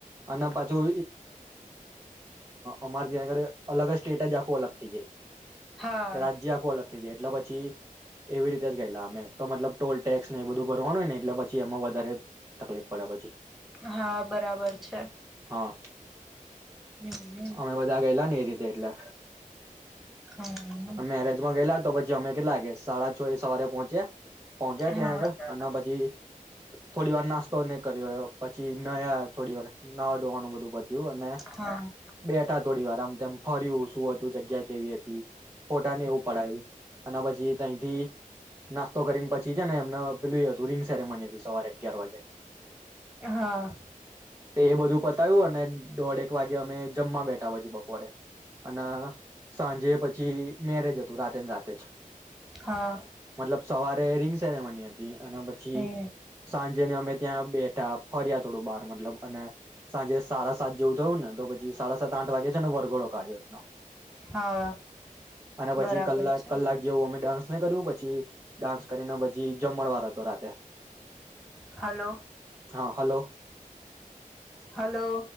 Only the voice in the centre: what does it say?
હા
હા, બરાબર છે.
હમ
હમ
હા હા
હા
હા.
હા
હમ
હા.
બરાબર
છે
હલો
હાલો.